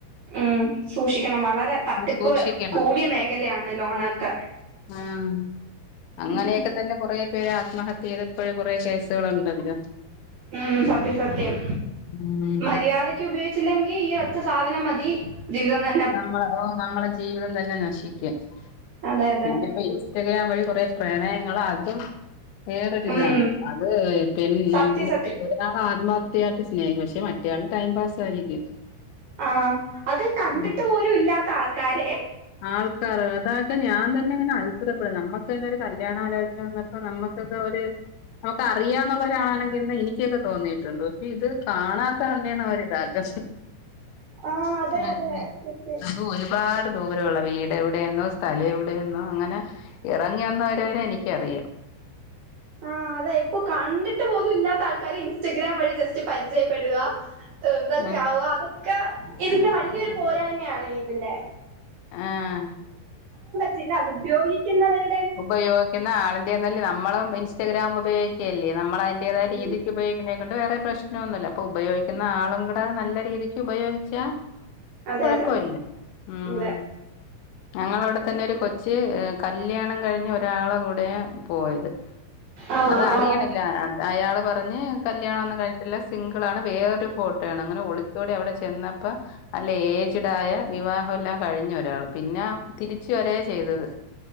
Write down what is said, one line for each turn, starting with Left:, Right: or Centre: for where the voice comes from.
Right: ഉം സൂക്ഷിക്കണം വളരെ തട്ടിപ്പ്
Left: സൂക്ഷിക്കണം
Right: കൂടിയ മേഖലയാണ് ലോണൊക്കെ.
Left: ആഹ്, അങ്ങനെയൊക്കെ
Right: ഉം
Left: തന്നെ കൊറേ പേര് ആത്മഹത്യ ചെയ്ത് ഇപ്പൊഴും കൊറേ കേസുകള്ണ്ടല്ലോ.
Right: ഉം സത്യം സത്യം
Left: ഉം
Right: മര്യാദ ക്ക് ഉപയോഗിച്ചില്ലെങ്കി ഈ ഒറ്റ സാധനം മതി ജീവിതം ന
Left: നമ്മളെ ഓഹ് നമ്മളെ ജീവിതം തന്നെ നശിക്കും
Right: അതെ അതെ
Left: പിന്നെ ഇപ്പയീ ഇൻസ്റ്റഗ്രാം വഴി കൊറേ പ്രണയങ്ങളും അതും. വേറൊരിതാണ്
Right: ഉം
Left: അത് ഇപ്പയിന്ന്
Right: സത്യം സത്യം
Left: എ ഒരാള് ആത്മാർത്ഥായിട്ട് സ്നേഹിക്കും പക്ഷെ മറ്റയാള് ടൈം പാസായിരിക്കും.
Right: ആഹ് അത് ക
Left: ഉം.
Right: പോലും ഇല്ലാത്ത ആൾക്കാരെ
Left: ആൾക്കാറ് അതായത് ഞാൻ തന്നെ ഇങ്ങനെ അ <unintelligible> നമുക്കന്നൊരു കല്യാണാലോചന വന്നപ്പൊ നമ്മക്കൊക്കെ ഒര് നമുക്ക് അറിയാന്നുള്ള ഒരാളാണെങ്കിൽന്ന് എനിക്കൊക്കെ തോന്നീട്ടുണ്ട് പക്ഷെ ഇത് കാണാത്ത ആളിനെയാണ് അവർ ഇതാകാ
Right: ആഹ് അതെ
Left: <unintelligible>
Right: അതെ സത്യം
Left: അതും ഒരുപാട് ദൂരെള്ള വീട് എവടേന്നോ സ്ഥലം എവടേന്നോ അങ്ങനെ എറങ്ങിന്നവരെരെ എനിക്കറിയാം.
Right: ആഹ് അതെ ഇപ്പോ കണ്ടിട്ട് പോലും ഇല്ലാത്ത ആൾക്കാരെ ഇൻസ്റ്റഗ്രാം വഴി ജസ്റ്റ് പരിചയപ്പെട്കാ ഏഹ് ഇതക്കെ
Left: ഉം
Right: ആവ അതൊക്കെ ഇതിന്റെ വല്യൊരു പോരായ്മയാണ്തിന്റെ.
Left: ആഹ്
Right: പിന്നെ അത് ഉപയോഗിക്കുന്നവര്
Left: ഉപയോഗിക്കുന്ന ആളിന്റെന്നല്ലേ നമ്മളും ഇൻസ്റ്റഗ്രാം ഉപയോഗിക്കല്ലേ, നമ്മളും അതിന്റേതായ
Right: ഉം
Left: രീതിക്ക് ഉപയോഗിക്ക നെക്കൊണ്ട് വേറെ പ്രശ്നംന്നുല്ല്യ അപ്പോ ഉപയോഗിക്കുന്ന ആളും കൂടെ നല്ല രീതിക്ക് ഉപയോഗിച്ചാ
Right: അതെ
Left: കൊഴ്പ്പവില്ല
Right: അതെ
Left: ഉം
Right: അതെ
Left: ഞങ്ങളവടെ തന്നെ ഒരു കൊച്ച് കല്യാണം കഴിഞ്ഞ് ഒ രാളെകൂടേ പോയത്
Right: ആഹ്
Left: അത്റിയ്ണില്ല
Right: ആഹ്
Left: അ അയാള് പറഞ്ഞ് കല്യാണൊന്നും കഴിഞ്ഞട്ടില്ല സിംഗിളാണ് വേറൊരു ഫോട്ടോ ആണ് അങ്ങനെ ഒളിച്ചോടിഅവ്ടെ ചെന്നപ്പൊ നല്ല ഏജ്ഡായ വിവാഹംല്ലാം കഴിഞ്ഞൊരാള്. പിന്നെ തിരിച്ച് വരാ ചെയ്തത്